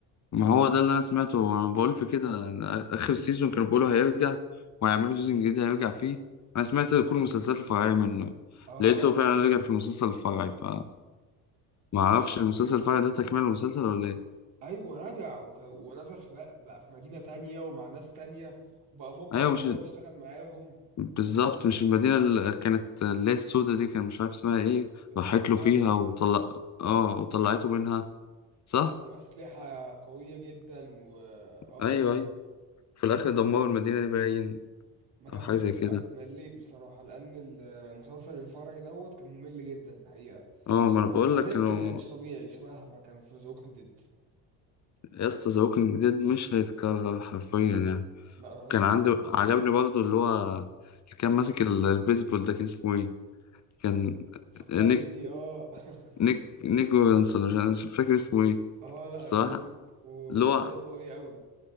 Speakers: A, on the left (about 35°); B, on the right (about 70°).
A: ما هو ده اللي انا سمعته انا بقول في كده أنا اخر سيزون كانوا بيقولوا هيرجع وهيعملوا سيزون جديد هيرجع فيه انا سمعت كل المسلسلات الفرعيه منه
B: اه
A: لقيته
B: اه
A: فعلا رجع في المسلسل الفرعي فما اعرفش المسلسل الفرعي ده تكمل المسلسل ولا ايه
B: ايوه رجع وك... ونزل في بقى... بقى في مدينة تانية ومع ناس تانية وبقى مجبر
A: ايوه
B: ان
A: مش
B: هو
A: ال-
B: يشتغل معاهم
A: بالظبط مش المدينه اللي كانت اللي هي السودة دي كان مش عارف اسمها ايه
B: المتطورة
A: راحت له فيها
B: دي
A: وطلع اه وطلعته منها صح
B: ومعاهم اسلحة قوية جدا و اه
A: ايوه
B: اه
A: ايوه في الاخر دمروا المدينه دي باين
B: ما كملتش
A: او حاجه زي كده
B: بقى مليت بصراحة لان ال- المسلسل الفرعي دوت كان ممل جدا الحقيقة
A: اه ما انا
B: و...
A: بقول
B: وريك
A: لك كانوا
B: ما كانش طبيعي شبه ما كان في زوكن ديد
A: يا اسطى ذا ووكينج ديد مش هيتكرر حرفيا يعني
B: لا رهيب
A: كان عندي عجبني برضه اللي هو اللي كان ماسك ال- البيسبول ده كان اسمه ايه كان
B: فكرني
A: نيك
B: بيه اه
A: نيك
B: <laughs>
A: نيك ويلسون عشان- أنا مش فاكر اسمه ايه
B: اه لا
A: الصراحة
B: رهيب وشخصية
A: اللي هو
B: قوية قوي